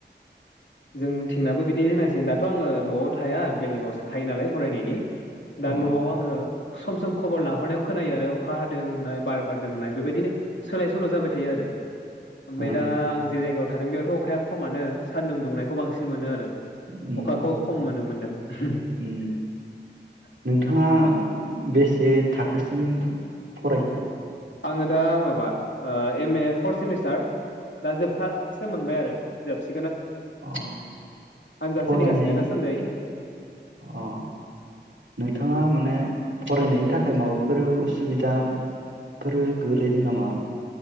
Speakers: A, on the left; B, on the right.
A: जों थिंनाबो बिदिनो होननांसिगोन दाथ' आङो न'आव थाया बेलेगावसो थायो नालाय फरायनायनि दा
B: अ
A: नआव आङो सम सम खबर लाहरनायाव खोनायो आरो अखा हादों होननाय बार बारदों होननाय बेबायदिनो सोलाय सोल जाबाय थायो आरो ओमबाय
B: ओ
A: दा आं जे जायगायाव थादों बेयावथ' अखाया खमानो सान्दुं दुंनायखौ बांसिन मोनो आरो।
B: उम
A: अखाखौ खम मोनो मोनदों <unintelligible>
B: उम नोंथाङा बेसे थाखोसिम फरायखो?
A: आङो दा माबा ओ एम-ए फर्थ सेमिस्टार दा जोबथा सेम मोनबाय आरो जोबस
B: अ
A: आनजाद
B: फरायनाय
A: सोलिगासिनो दासान्दै
B: अ नोंथाङा माने फरायनायनि थाखाय माबाफोर उसुबिदाफोर गोलैदों नामा?